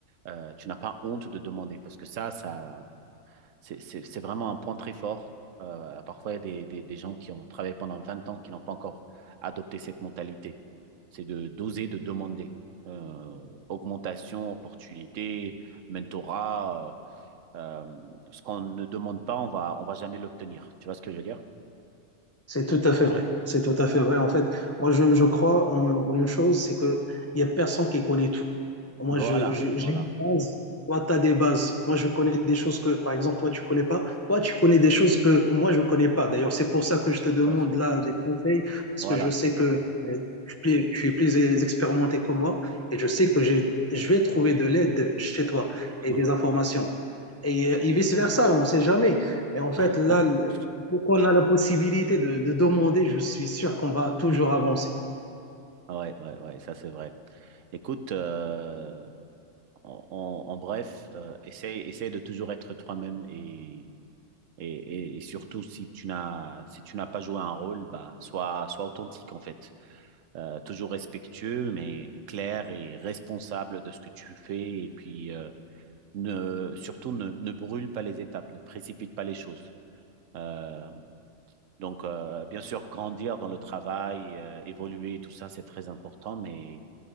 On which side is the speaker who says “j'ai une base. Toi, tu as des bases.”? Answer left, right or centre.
Left